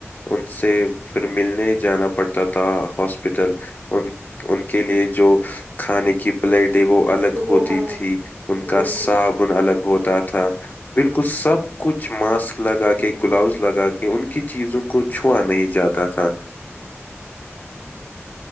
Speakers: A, on the left (about 40°); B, on the right (about 85°).
A: ان سے پھر ملنے ہی جانا پڑتا تھا ہاسپٹل ان ان کے لیے جو کھانے کی پلیٹ ہے وہ الگ
B: وہ
A: ہوتی
B: الگ
A: تھی ان کا
B: بالکل
A: صابن الگ ہوتا تھا بالکل سب کچھ ماسک لگا کے گلاوز لگا کے ان کی چیزوں کو چھو نہیں جاتا تتا